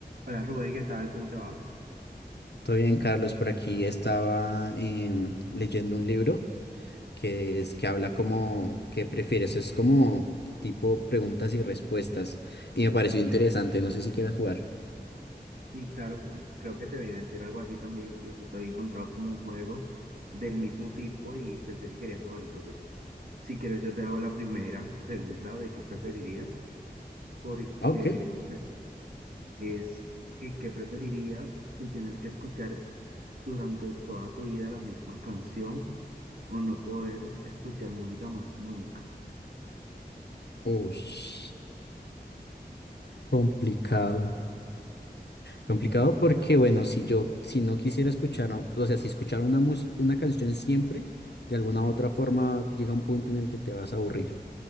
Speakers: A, on the right; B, on the left.
A: Hola Rubén, ¿qué tal? ¿Cómo te va?
B: Todo bien, Carlos. Por aquí estaba em, leyendo un libro que es que habla como que prefieres. Es como tipo preguntas y respuestas. Y me pareció interesante. No sé si quieras jugar.
A: Y claro, ju- creo que te venía a decir algo así también. Yo justo había encontrado como un juego del mismo tipo y pensé que querías jugar. Entonces, si quieres, yo te hago la primera pregunta de qué preferirías, porque
B: Ah, Ok.
A: es que, qué preferirías si tener que escuchar durante toda tu vida la misma canción o no poder escuchar música más nunca.
B: Ush, complicado. Complicado porque, bueno, si yo, si no quisiera escuchar, o o sea, si escuchar una música, una canción siempre, de alguna u otra forma llega un punto en el que te vas a aburrir.